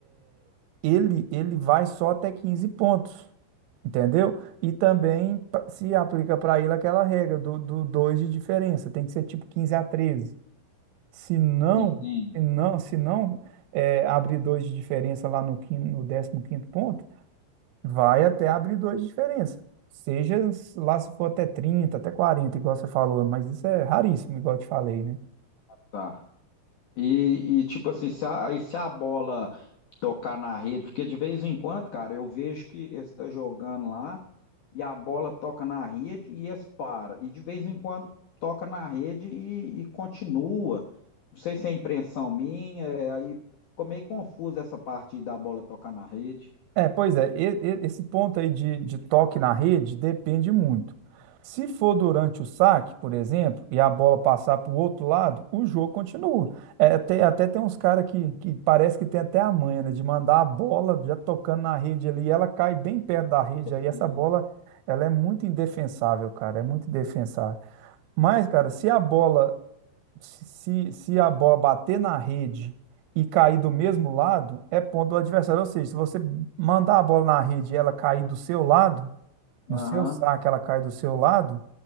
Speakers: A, on the right; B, on the left.
A: Ele ele vai só até 15 pontos, entendeu? E também pa- se aplica para ele aquela regra do, do 2 de diferença, tem que ser tipo 15 a 13. Se não,
B: Entendo,
A: se não, se não é, abrir 2 de diferença lá no, quin- no 15º ponto, vai até abrir 2 de diferença. Seja lá se for até 30, até 40, igual você falou, mas isso é raríssimo, igual eu te falei, né?
B: tá. E, e, tipo assim, se a, aí se a bola tocar na rede, porque de vez em quando, cara, eu vejo que eles estão jogando lá e a bola toca na rede e eles param. E de vez em quando toca na rede e, e continua. Não sei se é impressão minha, é, aí ficou meio confuso essa parte da bola tocar na rede.
A: É, pois é, e- e- esse ponto aí de, de toque na rede depende muito. Se for durante o saque, por exemplo, e a bola passar para o outro lado, o jogo continua. É, até, até tem uns caras que, que parece que tem até a manha, né, de mandar a bola já tocando na rede ali, e ela cai bem perto da rede
B: Esse-
A: aí, essa bola, ela é muito indefensável, cara, é muito indefensável. Mas, cara, se a bola se, se se a bola bater na rede e cair do mesmo lado, é ponto do adversário. Ou seja, se você mandar a bola na rede e ela cair do seu lado, no seu
B: Aham.
A: saque ela cai do seu lado,